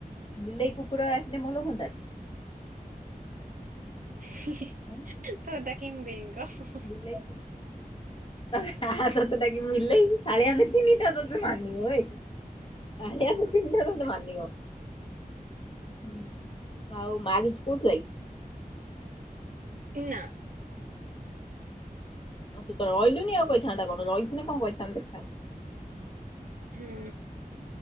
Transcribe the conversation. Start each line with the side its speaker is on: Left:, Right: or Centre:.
Left: ବିିଲେଇ କୁକୁଡା ରଖିଲେ ଭଲ ହୁଅନ୍ତା।
Right: <unintelligible>
Left: ଉଁ।
Right: ତତେ ଡାକିମି ବେଙ୍ଗ। <unintelligible>
Left: ବିଲେଇ <unintelligible> ତତେ ତାକିମିି ବିଲେଇ କାଳିଆ ବିଲେଇ <unintelligible> ତତେ ମାନିବ ବେ। କାଳିଆ
Right: ହଁ
Left: ବିଲେଇଟା <unintelligible> ତତେ ମାନିବ। ହୁଁ ଆଉ ମାରୁଚୁ କୋଉଥିରେ?
Right: ନାଁ।
Left: ତୁ ତ ର‌ଇଲୁନି ଆଉ କହିଥାନ୍ତେ କଣ ର‌ଇଥିନେ କଣ କହିଥାନ୍ତ ଦେଖଥା
Right: ହୁଁ।